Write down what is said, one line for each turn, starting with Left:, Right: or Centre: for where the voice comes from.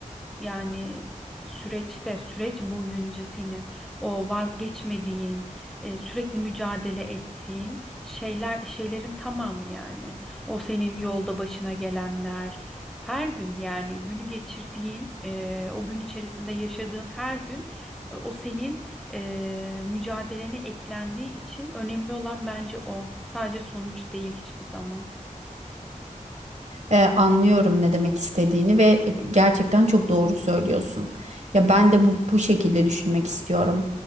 Centre: yani süreçte, süreç boyunca senin o vazgeçmediğin, e, sürekli mücadele ettiğin şeyler, şeylerin tamamı yani. O senin yolda başına gelenler, her gün yani günü geçirdiğin, e, o gün içerisinde yaşadığın her gün e, o senin e, mücadelene eklendiği için önemli olan bence o. Sadece sonuç değil hiçbir zaman.
Right: E, anlıyorum ne demek istediğini ve gerçekten çok doğru söylüyorsun. Ya ben de bu, bu şekilde düşünmek istiyorum.